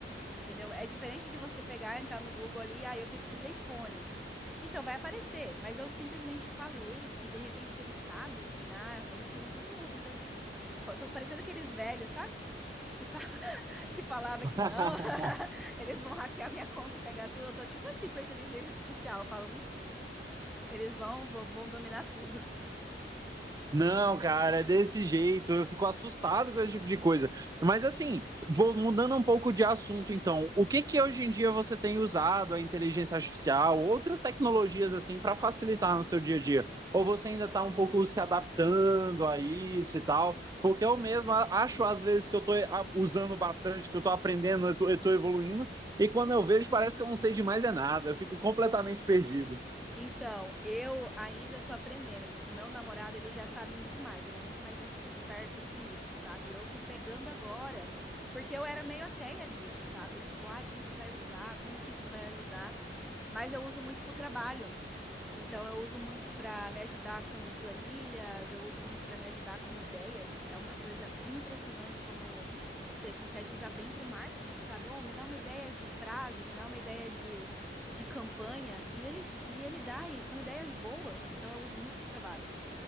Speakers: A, in the centre; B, on the right (about 20°).
A: entendeu? É diferente de você pegar, entrar no Google ali, ah, eu pesquisei fone. Então vai aparecer, mas eu simplesmente falei e de repente ele sabe, né? Eles ficam tudo ouvindo a gente. Co- Tô parecendo aqueles velhos, sabe? Que fa- que falava
B: <laughs>
A: que não, <laughs> eles vão hackear minha conta e pegar tudo. Eu tô tipo assim com a inteligência artificial. Eu falo, hum, eles vão, vão, vão dominar tudo.
B: Não, cara, é desse jeito. Eu fico assustado com esse tipo de coisa. Mas assim, vou mudando um pouco de assunto, então. O que que hoje em dia você tem usado a inteligência artificial, outras tecnologias assim para facilitar no seu dia a dia? Ou você ainda está um pouco se adaptando a isso e tal? Porque eu mesmo a- acho às vezes que eu estou usando bastante, que eu estou aprendendo, eu estou evoluindo, e quando eu vejo parece que eu não sei de mais é nada. Eu fico completamente perdido.
A: Então, eu ainda tô aprendendo. O meu namorado, ele já sabe muito mais, ele é muito mais es- esperto com isso, sabe? Eu tô pegando agora, porque eu era meio ateia disso, sabe? Tipo, ai, como que vai usar? Como que isso vai ajudar? Mas eu uso muito pro trabalho. Então, eu uso muito para me ajudar com planilhas, eu uso muito para me ajudar com ideias. É uma coisa impressionante como você consegue usar bem para o marketing, sabe? Oh, me dá uma ideia de frase, me dá uma ideia de, de campanha. E ele, e ele dá, e são ideias boas. Então, eu uso muito para o trabalho.